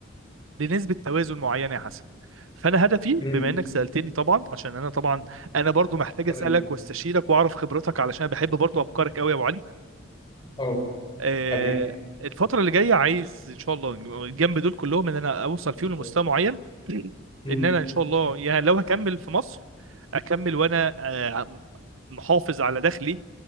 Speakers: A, on the right; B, on the left.
A: لنسبة توازن معينة يا حسن فأنا هدفي
B: امم
A: بما إنك سألتني طبعا عشان أنا طبعا أنا برضو محتاج
B: طيب
A: أسألك واستشيرك وأعرف خبرتك علشان بحب برضو أفكارك قوي يا أبو علي
B: اه
A: آه،
B: حبيبي
A: الفترة اللي جاية عايز إن شاء الله جنب دول كلهم إن أنا أوصل
B: ان
A: فيهم
B: شاء
A: لمستوى
B: الله
A: معين <clears throat>
B: امم
A: إن أنا إن شاء الله يعني لو هكمل في مصر أكمل وأنا آه، محافظ على دخلي